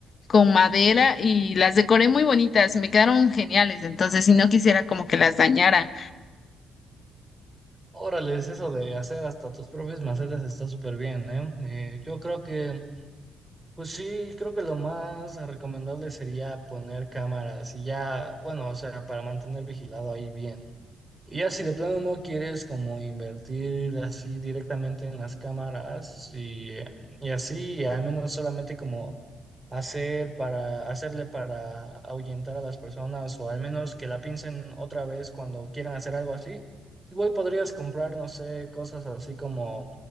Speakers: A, on the left; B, on the right.
A: con madera y las decoré muy bonitas, me quedaron geniales, entonces si no quisiera como que las dañara.
B: Órale, eso de hacer hasta tus propias macetas está súper bien, ¿eh? Eh, Yo creo que, pues sí, creo que lo más recomendable sería poner cámaras y ya, bueno, o sea, para mantener vigilado ahí bien. Y ya si de plano no quieres como invertir así directamente en las cámaras y, y así, y al menos solamente como hacer para hacerle para ahuyentar a las personas o al menos que la piensen otra vez cuando quieran hacer algo así, igual podrías comprar, no sé, cosas así como